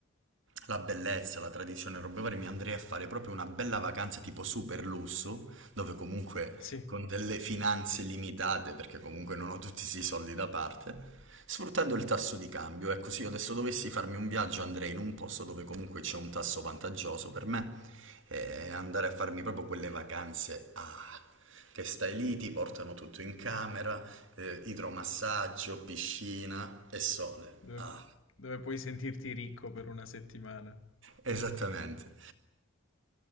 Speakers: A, on the right; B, on the left.
A: la bellezza, la tradizione, e robe varie, mi andrei a fare proprio una bella vacanza tipo super lusso, dove comunque
B: sì,
A: con delle finanze limitate, perché comunque non ho tutti questi soldi da parte, Sfruttando il tasso di cambio, ecco, se io adesso dovessi farmi un viaggio andrei in un posto dove comunque c'è un tasso vantaggioso per me e andare a farmi proprio quelle vacanze ah, che stai lì, ti portano tutto in camera, eh, idromassaggio, piscina e sole.
B: dove,
A: Ah,
B: dove puoi sentirti ricco per una settimana.
A: esattamente.